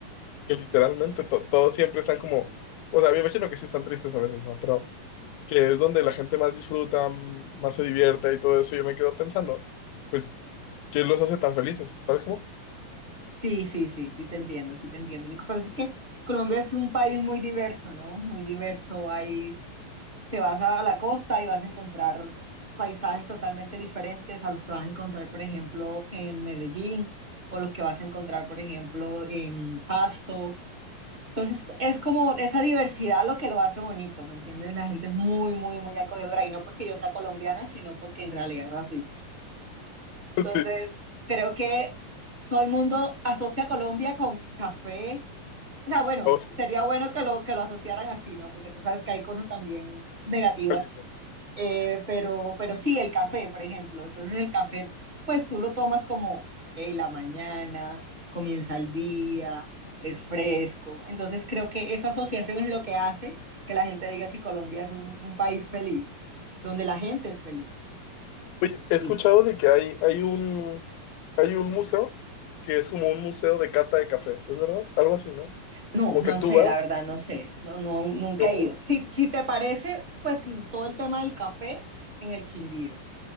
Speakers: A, on the left (about 85°); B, on the right (about 25°).
A: que literalmente to- todos siempre están como, o sea, me imagino que sí están tristes a veces, ¿no? Pero... que es donde la gente más disfruta, m- más se divierte y todo eso, yo me quedo pensando, pues, ¿qué los hace tan felices? ¿Sabes cómo?
B: sí, sí, sí, sí te entiendo, sí te entiendo. Lo que pasa es que Colombia es un país muy diverso, ¿no? Muy diverso. Ahí te vas a la costa y vas a encontrar paisajes totalmente diferentes a los que vas a encontrar, por ejemplo, en Medellín o los que vas a encontrar, por ejemplo, en Pasto Entonces, es como esa diversidad lo que lo hace bonito, ¿me entiendes? La gente es muy, muy, muy acogedora y no porque yo sea colombiana, sino porque en realidad es así.
A: <laughs>
B: Entonces,
A: Sí,
B: creo que todo el mundo asocia Colombia con café. O sea, bueno,
A: o sus
B: sería bueno que lo, que lo asociaran así, ¿no? Porque tú sabes que hay cosas también negativas
A: palitas.
B: eh, pero, pero sí, el café, por ejemplo. Entonces el café, pues tú lo tomas como, hey, la mañana, comienza el día, es fresco. Entonces creo que esa asociación es lo que hace que la gente diga que Colombia es un, un país feliz, donde la gente es feliz.
A: Oye, he
B: Sí.
A: escuchado de que hay, hay un, hay un museo que es como un museo de cata de cafés, ¿es verdad? Algo así, ¿no?
B: No,
A: Como
B: no
A: que tú
B: sé,
A: vas,
B: la verdad, no sé. No, no, nunca
A: yo,
B: he ido. Si, si te parece, pues todo el tema del café en el Quindío.